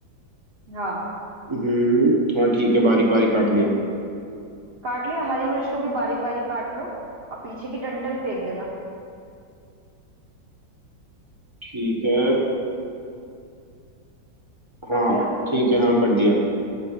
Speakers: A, on the right; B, on the right.
A: हाँ
B: हम्म हाँ ठीक है बारीक बारीक काट लिया
A: काट लिया हरी मिर्च को भी बारीक बारीक काट लो और पीछे की डंठल फेंक देना
B: ठीक है
A: कर
B: हाँ
A: दिया
B: ठीक है हाँ कर दिया